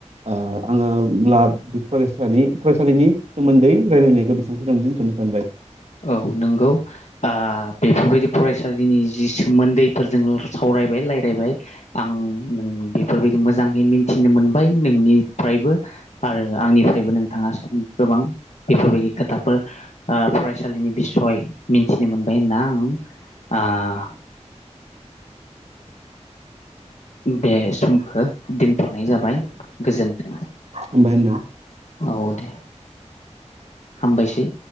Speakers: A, on the right (about 60°); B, on the left (about 70°).
A: ओ आङोब्ला बे फरायसानि फरायसालिनि सोमोन्दै रायलायनायखौ बेसेबांखिनिआवनो दोन्थनि <unintelligible>
B: औ नंगौ आ बेफोरबायदि फरायसालिनि जि सोमोन्दैफोर जों सावरायबाय रायलायबाय आं नों बेफोरबायदि मोजाङै मिथिनो मोनबाय नोंनिफ्रायबो आरो आंनिफ्रायबो नोंथाङा गोबां बेफोरबायदि खोथाफोर ओ फराय सालिनि बिसय मिथिनो मोनबाय होनना आं आ बे सम खो दोनथनाय जाबाय गोजोन्थों
A: हामबाय होनदों।
B: औ दे हामबायसै